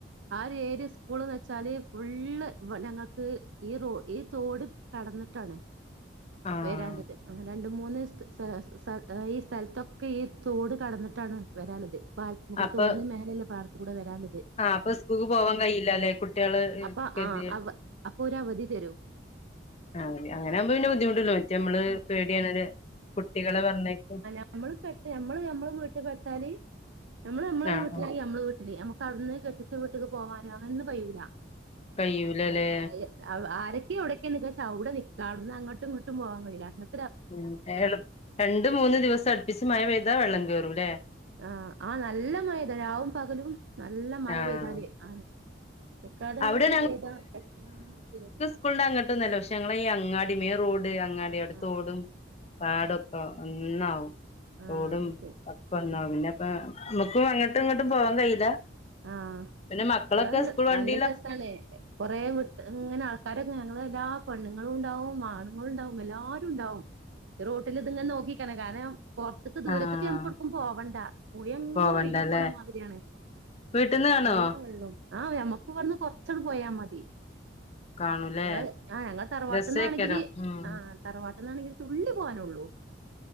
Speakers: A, on the right; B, on the left.
A: ആഹ് ഒരു ഏരിയ സ്കൂൾന്ന് വെച്ചാല് ഫുള്ള് ഇവ് ഞങ്ങക്ക് ഈ റോ ഈ തോട് കടന്നിട്ടാണ്
B: ആഹ്
A: വെരാളളത് ആഹ് രണ്ട് മൂന്ന് സ്ഥ സ് സ ഈ സ്ഥലത്തൊക്കെ ഈ തോട് കടന്നിട്ടാണ് വെരാള്ളത് പാലത്ത്മ്മേക്കൂടെ
B: അപ്പൊ
A: തോടിന് മേലെയെല്ലം പാടത്ത് കൂടെ വെരാള്ളത്
B: ആഹ് അപ്പൊ സകൂൾക്ക് പോവാൻ കയൂല്ലാല്ലേ കുട്ട്യേള് ഉം
A: അപ്പൊ
B: ഗെതികെട്
A: ആ അപ്പൊ ഒരു അവധി തരും
B: അങ്ങനെ അങ്ങനെയാകുമ്പം പിന്നെ ബുദ്ധിമുട്ടൂല്ലാ മറ്റേ അമ്മള്
A: ആ
B: പേടിയാണ് കുട്ടികളെ പറഞ്ഞയക്കും
A: നമ്മള് പെട്ട് നമ്മള് നമ്മള് വീട്ട് പെട്ടാല് നമ്മള് നമ്മളെ
B: ആഹ്
A: വീട്ടിലാ
B: ആഹ്
A: നമ്മള് വീട്ടില് ഞമ്മക്ക് അവിടുന്ന് കെട്ടിച്ച വീട്ട്ക്ക് പോവാന് അങ്ങനൊന്നും കയ്യൂലാ
B: കയ്യൂലല്ലേ
A: അങ്ങനെ <unintelligible> അ ആരൊക്കെയാ എവിടൊക്കെ നിക്കാച്ചാ അവടെ നിക്കാ അവിടുന്ന് അങ്ങട്ടും ഇങ്ങട്ടും പോവാൻ കയൂല്ലാ അങ്ങൻ
B: ഉം ഏഹ് ഏള് രണ്ട് മൂന്ന് ദിവസം അടുപ്പിച്ച് മഴ പെയ്താ വെള്ളം കേറൂല്ലേ
A: ആഹ് ആഹ് നല്ല മയപെയ്താ രാവും പകലും നല്ല മയ
B: ആഹ്
A: പെയ്താല് ആണ് നിക്കാതെങ്ങനെ
B: അവിടെ
A: പെയ്താ <unintelligible>
B: കൊണ്ട് അങ്ങട്ടൊന്നും അല്ലാ പക്ഷെ ഞങ്ങളെ ഈ അങ്ങാടി മെയിൻ റോഡ് അങ്ങാടി അവിടെ
A: ആഹ്
B: തോടും
A: ആഹ്
B: പാടൊക്കെ ഒന്നാവും
A: ആഹ്
B: തോടും
A: അത് ശരി
B: പ ക്കൊന്നാവും പിന്നെ അപ്പ നമ്മുക്കും അങ്ങട്ടും ഇങ്ങട്ടും പോവാൻ കയ്യൂല്ലാ
A: ആഹ്
B: പിന്നെ മക്കളൊക്കെ
A: ഇവടെ
B: സ്കൂൾ വണ്ട്
A: നല്ല രസാണ് കൊറേ വിട്ട് ഇങ്ങനെ ആൾ ക്കാര് <unintelligible> ഞങ്ങള് എല്ലാ പെണ്ണുങ്ങളും ഇണ്ടാവും ആണുങ്ങളും ഇണ്ടാവും എല്ലാരും ഇണ്ടാവും റോട്ടിൽ ഇതിങ്ങനെ നോക്കിക്കാണ് കാരണം പൊറത്ത്ക്ക് ദൂരത്ത്ക്ക്
B: ആഹ്
A: ഞമ്മക്ക് എവുടുക്കും പോവണ്ടാ പുയെങ്ങനെ
B: പോവണ്ടല്ലേ
A: ഒഴുകി പോണ മാതിരിയാണ്
B: വീട്ടിൽന്ന് കാണുവോ
A: നല്ല വെള്ളോം ആഹ് ഞമ്മക്ക് ഇവടെന്ന് കൊറച്ചങ്ങ് പോയാ മതി
B: കാണൂല്ലേ
A: ഞങ്ങള് ആഹ് ഞങ്ങള് തറവാട്ട്ന്നാണെങ്കില്
B: രസേക്കരം ഉം
A: ആഹ് തറവാട്ട്ന്നാണെങ്കിൽ തുള്ളി പോവാനുള്ളൂ